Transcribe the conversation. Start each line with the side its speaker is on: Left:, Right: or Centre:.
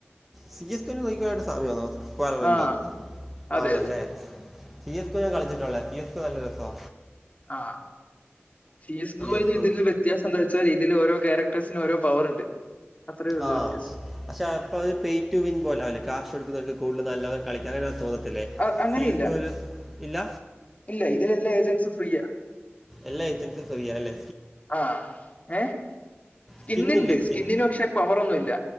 Centre: സി എസ് ഗോ <unintelligible> സാമ്യമാണോ <unintelligible>
Left: ആ അതെ
Centre: ആണല്ലേ
Left: അതെ
Centre: സി എസ് സി ക്കോ ഞാൻ കളിച്ചിട്ടുള്ളതാ സിക്കോ നല്ല രസമാ
Left: ആ സിഎസ് ക്കോയിന്ന്
Centre: എസ് കോ
Left: ഇതിലും വിത്യാ വ്യത്യാസം എന്താ വെച്ചാൽ ഇതില് ഓരോ ക്യാരക്ടേഴ്സിനും ഓരോ പവർ ഉണ്ട്. അത്രേ ഉള്ളൂ
Centre: ആഹ്
Left: വ്യത്യാസം
Centre: പക്ഷെ അപ്പോഅത് പേയ് ടു വിൻ പോലാവില്ലേ കാശ് കൊടുക്കുന്നവർക്ക് കൂടുതല് നല്ല കളിക്കാനോതോന്നത്തില്ലേ
Left: അ- അങ്ങനെയില്ല
Centre: സി എസ് ക്കോ ഇല്ല.
Left: ഇല്ല ഇതിലെല്ലാ ഏജൻസും ഫ്രീയാ
Centre: എല്ലാ ഏജൻസും ഫ്രീയാ അല്ലേ
Left: ആഹ് ഏ സ്കിന്നിണ്ട്
Centre: സ്കിന്നില്ലേ സ്കിൻ
Left: സ്കിന്നിന് പക്ഷെ പവറൊന്നുമില്ല